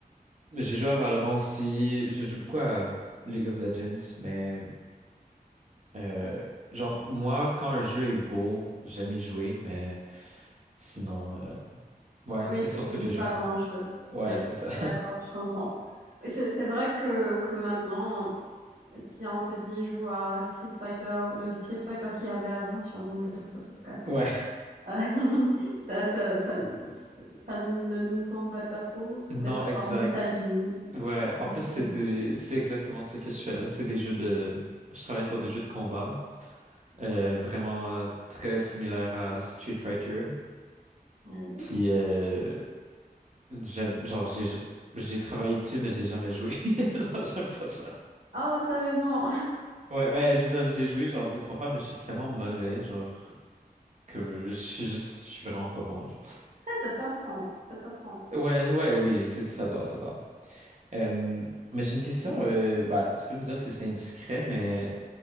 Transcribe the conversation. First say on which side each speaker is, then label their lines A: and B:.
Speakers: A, on the right; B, on the right.
A: J'ai joué à Valorant aussi. Je joue beaucoup à League of Legends, mais euh, genre moi, quand un jeu est beau, j'aime y jouer, mais sinon, euh, ouais,
B: oui,
A: c'est
B: ça
A: surtout
B: se dit
A: les jeux
B: pas
A: qui
B: grand-chose.
A: sont beaux. Ouais,
B: Oui,
A: c'est ça.
B: d'accord, je comprends. Mais C'est c'est vrai que, que maintenant, si on te dit joue à Street Fighter, le Street Fighter qu'il y avait avant sur Nintendo 64,
A: <laughs> Ouais.
B: euh, <laughs> ça, ça, ça, ça ne nous emballe pas trop, peut-être
A: Non, exact.
B: par Ouais. nostalgie.
A: Ouais.
B: éventuellement.
A: En plus, c'est des... c'est exactement ce que je fais là. C'est des jeux de. Je travaille sur des jeux de combat, euh, vraiment très similaires à Street Fighter.
B: Ouais.
A: Puis, euh, j'aime- genre, j'ai j'ai travaillé dessus, mais j'ai jamais joué. <laughs> Genre, J'aime pas ça.
B: Oh, sérieusement,
A: Ouais, ben, je veux dire, j'ai joué genre deux, trois fois, mais je suis tellement mauvais, genre, que je suis juste, je suis vraiment pas bon. genre.
B: <laughs> ça s'apprend, ça s'apprend.
A: Ouais, ouais, oui, c'est, ça doit, ça doit. Euh, mais j'ai une question, euh, bah, tu peux me dire si c'est indiscret, mais